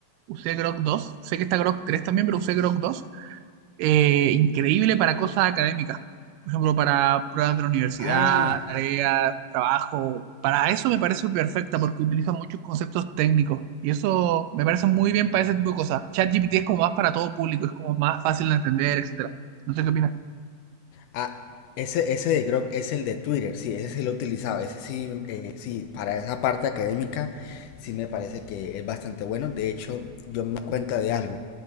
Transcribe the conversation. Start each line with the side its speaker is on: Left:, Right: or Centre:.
Right: usé Grok 2, sé que está Grok 3 también, pero usé Grok 2, eh, increíble para cosas académicas. Por ejemplo, para pruebas de la universidad,
Left: Ah,
Right: tareas, trabajo. Para eso me parece perfecta porque utiliza muchos conceptos técnicos. Y eso me parece muy bien para ese tipo de cosas. ChatGPT es como más para todo público, es como más fácil de entender, etcétera. No sé qué opinas.
Left: Ah, ese, ese de Grok es el de Twitter, sí, ese sí lo he utilizado, ese sí, eh, sí, para esa parte académica sí me parece que es bastante bueno. De hecho, yo me doy cuenta de algo.